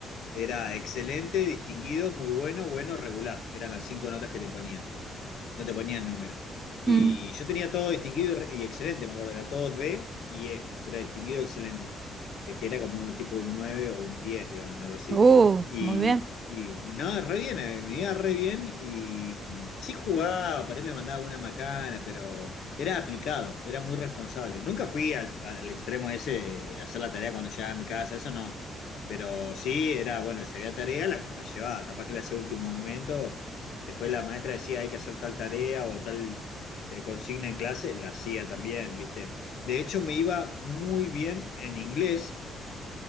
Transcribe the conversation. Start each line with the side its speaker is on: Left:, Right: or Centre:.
Left: era excelente, distinguido, muy bueno, bueno, regular. Eran las cinco notas que te ponían no te ponían número. Y
Right: Mm.
Left: yo tenía todo distinguido y, re- y excelente, me acuerdo, era todo D y E, era distinguido excelente, eh, que era como un tipo un 9 o un diez digamos, algo así.
Right: Uh,
Left: Y,
Right: muy bien,
Left: y, y no, re bien, eh, me iba re bien y mm, sí jugaba, por ahí me mandaba una macana, pero era aplicado, era muy responsable. Nunca fui al, al extremo ese de, de hacer la tarea cuando llegaba a mi casa, eso no. Pero sí, era, bueno, si había tarea, la, la llevaba, capaz que la hacía a último momento Después la maestra decía hay que hacer tal tarea o tal eh, consigna en clase, la hacía también, ¿viste? De hecho, me iba muy bien en inglés,